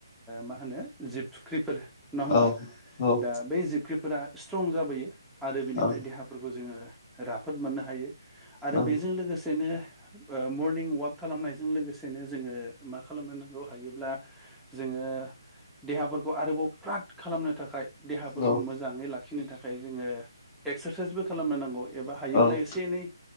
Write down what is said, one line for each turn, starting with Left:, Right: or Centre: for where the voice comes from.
Centre: मा होनो जिबख्रिफोर नङा होमबा
Left: औ औ
Centre: दा बै जिबख्रिफोरा स्ट्रं जाबोयो आरो बेनिफ्राय
Left: औ
Centre: देहाफोरखौ जोङो राफोद मोननो हायो। आरो
Left: औ
Centre: बेजों लोगोसेनो ओ मर्निं वाक खालामनायजों लोगोसेनो जोङो मा खालामनांगौ हायोब्ला जों ओ देहाफोरखौ आरोबाव फ्राद खालामनो थाखाय देहाफोरखौ
Left: औ
Centre: मोजाङै लाखिनो थाखाय जोङो एक्सारसाइसबो खालामनो नांगौ। एबा हायोब्ला
Left: औ
Centre: एसे एनै